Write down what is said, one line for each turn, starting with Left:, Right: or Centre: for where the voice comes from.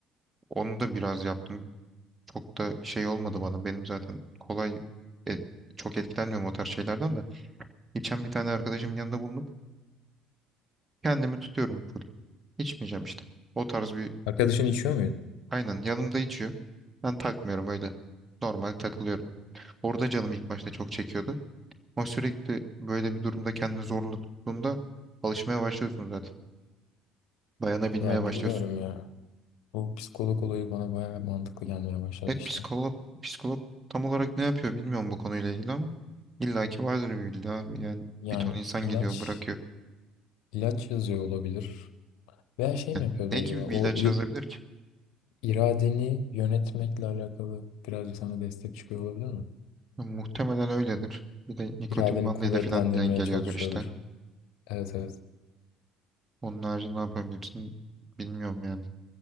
Right: Onu da biraz yaptım. Çok da şey olmadı bana. Benim zaten kolay e, çok etkilenmiyorum o tarz şeylerden de. İçen bir tane arkadaşımın yanında bulunup kendimi tutuyorum full. İçmeyeceğim işte. O tarz bir
Left: Arkadaşın içiyor muydu?
Right: aynen yanımda içiyor. Ben takmıyorum öyle. Normal takılıyorum. Orada canım ilk başta çok çekiyordu. Ama sürekli böyle bir durumda kendini zorla tuttuğunda alışmaya başlıyorsun zaten. Dayanabilmeye
Left: Ya
Right: başlıyorsun.
Left: bilmiyorum ya. Bu psikolog olayı bana bayağı mantıklı gelmeye başladı
Right: Evet
Left: işte.
Right: psikolog, psikolog tam olarak ne yapıyor bilmiyorum bu konuyla ilgili ama illaki vardır bir bildiği abi. Yani
Left: Yani
Right: bir ton insan
Left: ilaç
Right: geliyor bırakıyor.
Left: ilaç yazıyor olabilir. Veya şey mi
Right: Yani
Left: yapıyordur
Right: ne
Left: acaba?
Right: gibi
Left: O
Right: bir ilaç
Left: i-
Right: yazabilir ki?
Left: iradeni yönetmekle alakalı birazcık sana destek çıkıyor olabilir mi?
Right: Ya muhtemelen öyledir. Bir de nikotin
Left: İradeni
Right: bandıyla
Left: kuvvetlendirmeye
Right: falan dengeliyordur
Left: çalışıyordur.
Right: işte.
Left: Evet evet.
Right: Onun harici ne yapabilirsin bilmiyorum yani.